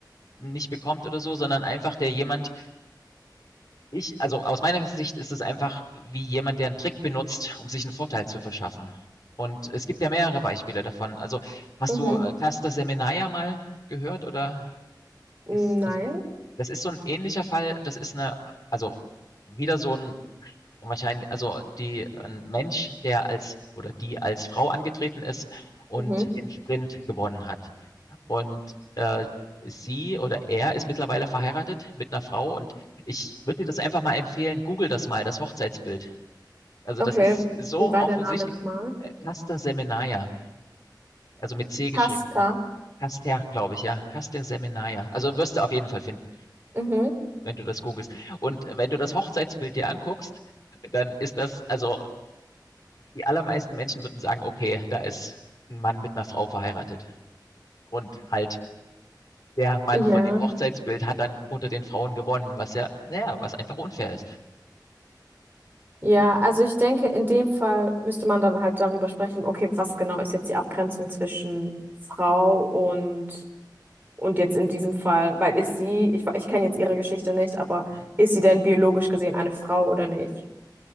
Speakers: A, on the left; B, on the right.
A: nicht bekommt oder so, sondern einfach der jemand, ich, also aus meiner Sicht ist es einfach wie jemand, der einen Trick benutzt, um sich einen Vorteil zu verschaffen. Und es gibt ja mehrere Beispiele davon. Also, hast
B: Mhm.
A: du äh, Cluster mal gehört oder
B: Nein.
A: ist, also, das ist so ein ähnlicher Fall. Das ist eine, also, wieder so ein wahrscheinlich, also die ein Mensch, der als oder die als Frau angetreten ist und
B: Mhm.
A: im Sprint gewonnen hat. Und, äh, sie oder er ist mittlerweile verheiratet mit einer Frau und ich würde dir das einfach mal empfehlen, google das mal, das Hochzeitsbild. Also,
B: Okay,
A: das ist so
B: wie war
A: offensichtlich.
B: der Name nochmal?
A: Äh, Caster Semenya, also mit C geschrieben
B: Pasta.
A: von Caster, glaube ich, ja. Caster Semenya. Also, wirst du auf jeden Fall finden,
B: Mhm.
A: wenn du das googelst. Und wenn du das Hochzeitsbild dir anguckst, dann ist das also, die allermeisten Menschen würden sagen: „Okay, da ist ein Mann mit einer Frau verheiratet und halt Der Mann
B: Ja,
A: von dem Hochzeitsbild hat dann unter den Frauen gewonnen, was ja naja, was einfach unfair ist.
B: ja, also ich denke, in dem Fall müsste man dann halt darüber sprechen, okay, was genau ist jetzt die Abgrenzung zwischen Frau und, und jetzt in diesem Fall, weil ist sie, ich, ich kenne jetzt ihre Geschichte nicht, aber
A: Mhm.
B: ist sie denn biologisch gesehen eine Frau oder nicht?